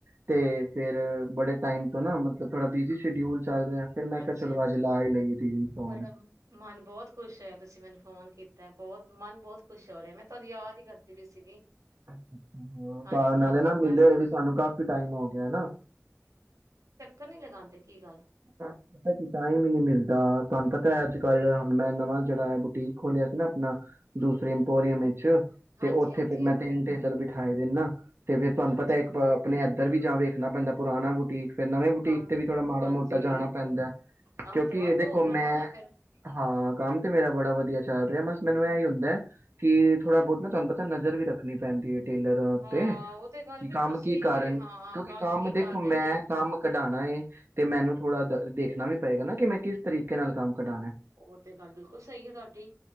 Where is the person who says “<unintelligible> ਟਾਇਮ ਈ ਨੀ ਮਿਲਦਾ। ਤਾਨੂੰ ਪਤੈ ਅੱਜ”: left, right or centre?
Right